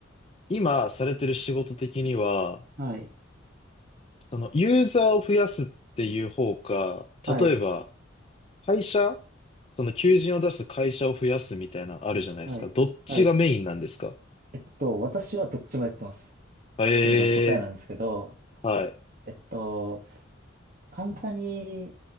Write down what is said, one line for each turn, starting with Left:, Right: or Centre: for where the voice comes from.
Left: 今されてる仕事的には、
Right: はい。
Left: その、ユーザーを増やすっていう方か、
Right: はい。
Left: 例えば、会社その、求人を出す会社を増やすみたいな、あるじゃないですか。
Right: はい。
Left: どっちがメインなんですか
Right: はい。えっと、私はどっちもやってます。
Left: ええ
Right: っていうのが答えなんですけど、
Left: はい。
Right: えっと、簡単に